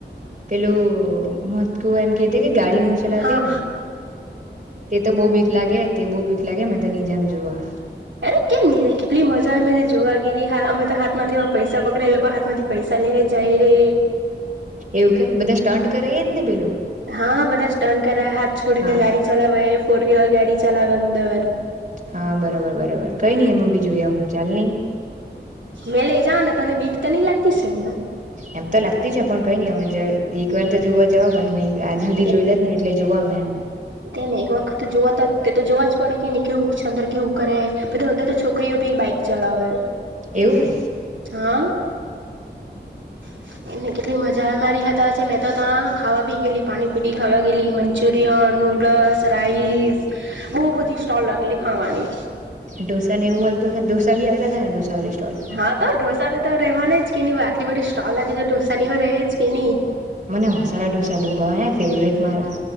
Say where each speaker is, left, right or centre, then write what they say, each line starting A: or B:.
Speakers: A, on the right; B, on the right.
A: પેલું મોત કુવા એમ કે કે ગાડી ને હું ચલાવતી
B: હા
A: ને તે તો બહુ બીક લાગે તે બહુ બીક લાગે મે ત નીજામ જોવા
B: અરે કેમ નહી કેટલી મજા જે જોવા ગીરી અમે તો હાથમાંથીમાં પૈસા પકડા એ લોકો હાથમાંથી પૈસા લઈને જાય રે
A: એવું કે બધા સ્ટન્ટ કરે એજ ને પેલુ
B: હા બધા સ્ટન્ટ કર્ય હાથ છોડીને
A: હા
B: ગાડી ચલાવે ફોર વ્હીલર ગાડી ચલાવે અંદર
A: હા બરોબર બરોબર કઈ નઈ એમાં બી જોઈ આવુ હું ચાલને
B: મેં લઈ જાવ ને તને બિકતો નહી લાગતી છે ને
A: એમ તો લાગતી છે પણ કઈ નહી અમે એક વાર તો જોવા જવા પડે અમે આજ સુધી
B: તેને
A: જોઈ જ નહી એટલે જોવા મેં એમ
B: તેને એક વખત જોવા તો તે તો જોવા જ પડે કે નહી કેવું છે અંદર કેવું કરે બધી અંદર તો છોકરીઓ બી બાઈક ચલાવે
A: એવું
B: હા <inaudible> કેટલી મજા અ મારી હતા છે મેં તો ત્યાં ખાવા બી ગયેલી પાણીપુરી ખાવા ગયેલી મંચુરિયનનું રસ રાઈસ બહુ બધી સ્ટોલ લાગેલી ખાવાની
A: ઢોસાને એવું મલતું ઢોસા બી આવેલા હશે ને ઢોસા સ્ટોલ
B: હા તો, ઢોસા તો તો રહેવાની જ કે આટલી બધી સ્ટોલ લાગે છે ઢોસા ની હ રહે જ કે નહી.
A: મને મસાલા ઢોસા બહુ ભાવે ફેવટ મારા.